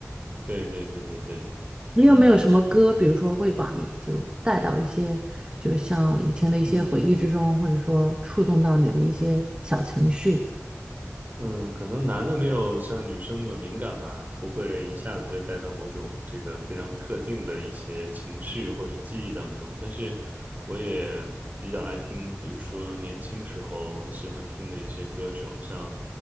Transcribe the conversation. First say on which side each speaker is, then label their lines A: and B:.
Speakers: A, on the right (about 35°); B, on the right (about 20°).
A: 对对对对对，
B: 你有没有什么歌，
A: 嗯
B: 比如说会把你就带到一些，就是像以前的一些回忆之中，
A: 嗯。
B: 或者说触动到你的一些小情绪？
A: 嗯，可能男的没有像女生那么敏感吧，不会一下子就带到某种这个非常特定的一些情绪或者记忆当中。但是我也比较爱听，比如说年轻时候喜欢听的一些歌手，像